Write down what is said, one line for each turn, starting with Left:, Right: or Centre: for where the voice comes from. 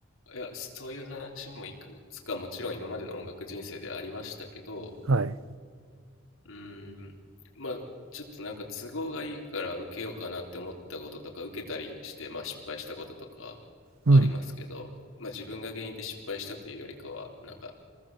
Left: いや、そういう話もいくつかもちろん今までの音楽人生でありましたけど、
Right: はい。
Left: うーん、まあ、ちょっとなんか都合がいいから受けようかなって思ったこととか、受けたりして、まあ失敗したこととかはありますけど、
Right: うん。
Left: まあ自分が原因で失敗したというよりかは、なんか